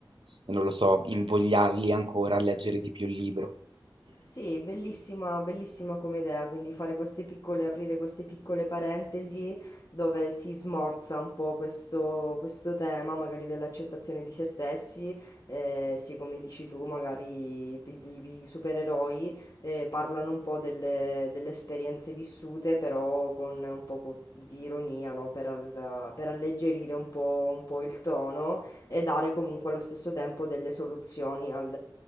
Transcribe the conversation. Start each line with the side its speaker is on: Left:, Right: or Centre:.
Right: non lo so, invogliarli ancora a leggere di più il libro.
Left: Sì, bellissima, bellissima come idea, quindi fare queste piccole, aprire queste piccole parentesi dove si smorza un po' questo, questo tema, magari dell'accettazione di se stessi, eh, sì, come dici tu, magari i, i- i supereroi eh, parlano un po' delle, delle esperienze vissute, però con un po' co- di ironia, no? Per, al- per alleggerire un po', un po' il tono e dare comunque allo stesso tempo delle soluzioni al